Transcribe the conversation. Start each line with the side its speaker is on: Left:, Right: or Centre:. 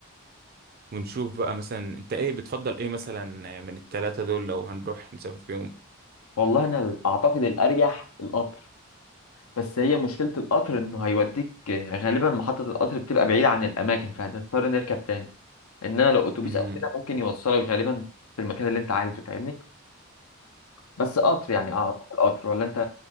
Right: ونشوف بقى مثلا انت ايه بتفضل ايه مثلا من التلاتة دول لو هنروح نسافر فيهم
Left: والله انا اعتقد الارجح القطر بس هي مشكلة القطر انه هيوديك غالبا محطة القطر بتبقى بعيدة عن الاماكن فهتضطر نركب تاني انما لو اتوبيس
Right: امم
Left: او كده ممكن يوصلك غالبا في المكان اللي انت عايزه فاهمني بس قطر يعني آه، اعتقد القطر ولا انت